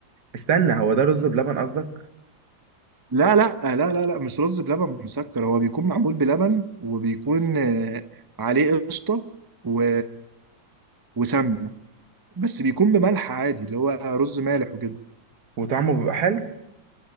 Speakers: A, on the right; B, on the right.
A: استنى هو ده رز بلبن قصدك
B: لا لا لا لا لا مش رز بلبن مسكر هو بيكون معمول بلبن وبيكون آه، عليه قشطة و... وسمنة بس بيكون بملح عادي اللي هو رز مالح وكده
A: وطعمه بيبقى حلو.